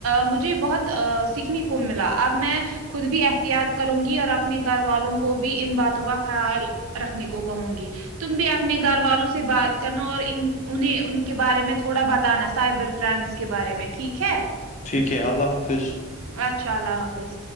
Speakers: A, on the right; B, on the left.
A: مجھے بہت سیکھنے کو ملا اب میں خود بھی احتیاط کروں گی اور اپنے گھر والوں کو بھی ان باتوں کا خیال رکھنے کو کہوں گی تم بھی اپنے گھر والوں سے بات کرنا اور ان انہیں ان کے بارے میں تھوڑا بتانا سائبر کرائمس کے بارے میں ٹھیک ہے
B: ٹھیک ہے اللہ حافظ
A: اچھا اللہ حافظ